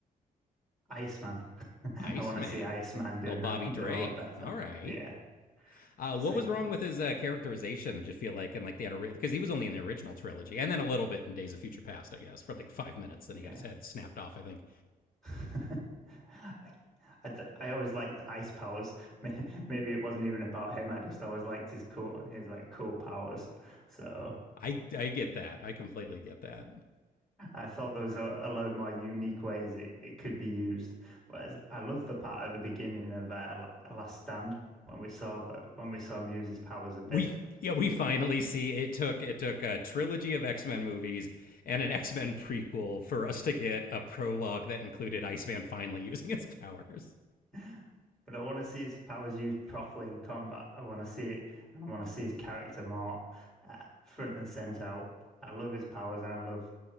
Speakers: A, in the centre; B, on the left.
A: Iceman. <laughs>
B: iceman
A: I want to see Iceman doing
B: little bobby
A: a,
B: drake
A: doing a lot better.
B: all right
A: Yeah,
B: Uh,
A: because
B: what
A: I,
B: was
A: g-
B: wrong with his uh, characterization? Do you feel like, and like the because he was only in the original trilogy, and then a little bit in Days of Future Past, I guess, for like five minutes.
A: yeah,
B: Then he got his head snapped off. I think
A: <laughs> I, I, d- I always liked the ice powers. <laughs> May- Maybe it wasn't even about him. I just always liked his cool, his like cool powers. So
B: I I get that. I completely get that.
A: I thought there was a, a load more unique ways it, it could be used. Whereas I love the part at the beginning of uh, La- Last Stand when we saw the, when we saw him use his powers a bit.
B: We yeah, we finally see it took it took a trilogy of X Men movies and an X Men prequel for us to get a prologue that included Iceman finally <laughs> using his powers.
A: <laughs> But I want to see his powers used properly in combat. I want to see it, and I want to see his character more uh, front and center out. I love his powers, and I love